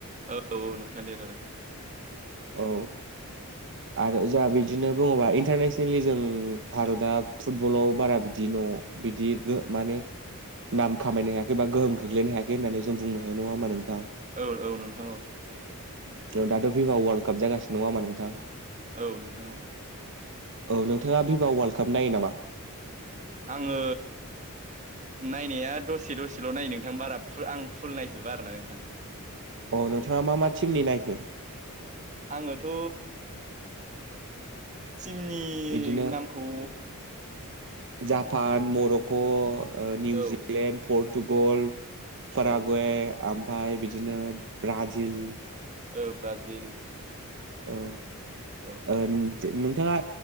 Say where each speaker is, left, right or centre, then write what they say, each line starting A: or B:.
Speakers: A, on the right; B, on the right.
A: औ औ नोंथां देरहादों।
B: औ। आरो जोंहा बिदिनो बुङोबा इन्टारनेसनेलि जों भारतआ फुटबलाव बारा बिदि बिदि माने नाम खामायनो हायाखै बा गोहोम खख्लैनो हायाखै होननानै जों बुंनो हायो नङा होमबा नोंथां।
A: औ औ नोंथां औ।
B: औ दाथ' भिभा वार्ल्ड काप जागासिनो नङा हामा नोंथां
A: औ नोंथां औ
B: औ नोंथाङा भिभा वर्ल्ड काप नायो नामा
A: आङो नायनाया दसे दसेल' नाय़ नोंथां बारा फुल आं फुल नायजोबा आरो ना नोंथां
B: अ नोंथाङा मा मा टिमनि नायखो
A: आङोथ' टिमनि
B: बिदिनो
A: नामखौ
B: जापान मर'क' ओ निउजिलेण्ड
A: औ
B: पर्टुगल फारागवे
A: औ
B: ओमफाय बिदिनो ब्राजिल
A: ओ ब्राजिल
B: ओ
A: औ
B: ओन नोंथाङा